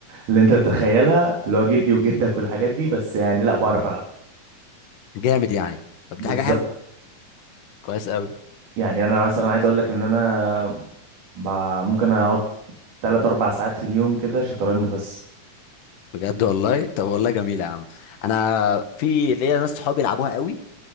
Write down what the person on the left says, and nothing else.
امم
ايوه
جامد يعني طب دي
حاجه حلوه كويس قوي
بجد والله طب والله جميله يا عم انا في ليا ناس صحابي يلعبوها قوي